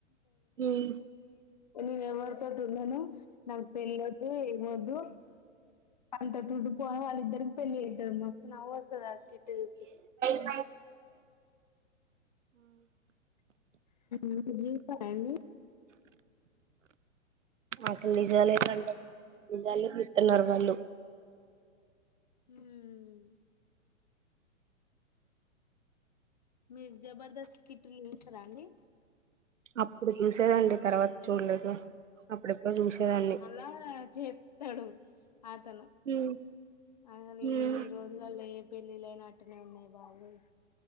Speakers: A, on the right (about 70°); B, on the left (about 35°).
A: హ్మ్ హ్మ్
B: నేను ఎవర్తో ను నాకు పెళ్లొద్దు, ఏమొద్దు అంతెత్తుండు పొరగాళ్లిద్దరికీ పెళ్లి చేస్తే మస్తు నవ్వొస్తది వాని స్కిట్ చూస్తే
A: ఆ
B: మీరు చూసారా అండి
A: అసలు నిజాలేంటంటే నిజాలే తీత్తున్నారు వాళ్ళు
B: హ్మ్మ్ మీరు జబర్దస్త్ కిట్లు చూస్తారా అండి
A: అప్పుడు చూసేదండి తర్వాత చూడలేదు అప్పుడెప్పుడో చూసేదాన్ని
B: అలా చెప్తాడు అతను
A: హ్మ్
B: అని
A: హ్మ్
B: ఈ రోజులలో పెళ్ళిళ్ళైన అట్టనే ఉన్నాయి బాగలేదు